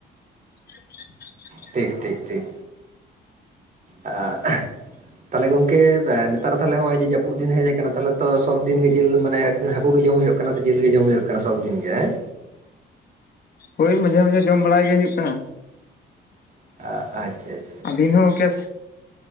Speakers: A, on the left (about 50°); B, on the right (about 40°).
A: <unintelligible>
B: ᱴᱷᱤᱠ, ᱴᱷᱤᱠ-ᱴᱷᱤᱠ ᱟᱻ ᱛᱟᱦᱚᱞᱮ ᱜᱚᱝᱠᱮ ᱱᱮᱛᱟᱨ ᱛᱟᱦᱚᱞᱮ ᱱᱚᱜ ᱚᱭ ᱡᱮ ᱡᱟᱹᱯᱩᱫ ᱫᱤᱱ ᱦᱮᱡ ᱟᱠᱟᱱᱟ ᱛᱟᱦᱚᱞᱮ ᱛᱚ ᱥᱚᱵ ᱫᱤᱱ ᱜᱮ ᱡᱤᱞ ᱢᱟᱱᱮ ᱦᱟᱹᱠᱩ ᱜᱮ ᱡᱚᱢ ᱦᱩᱭᱩᱜ ᱠᱟᱱᱟ? ᱛᱟᱞᱦᱮᱸ ᱥᱮ ᱡᱤᱞ ᱜᱮ ᱡᱚᱢ ᱦᱩᱭᱩᱜ ᱠᱟᱱᱟ ᱥᱚᱵ ᱫᱤᱱ ᱜᱮ ᱦᱮᱸ᱾
A: ᱦᱳᱭ ᱢᱟᱡᱷᱮ-ᱢᱟᱡᱷᱮ ᱡᱚᱢᱵᱟᱲᱟᱭ ᱜᱮ ᱦᱩᱭᱩᱜ ᱠᱟᱱᱟ᱾
B: ᱟᱪᱷᱟ-ᱟᱪᱷᱟ ᱾
A: ᱟᱨ ᱫᱤᱱ ᱦᱚᱸ ᱠᱮᱥ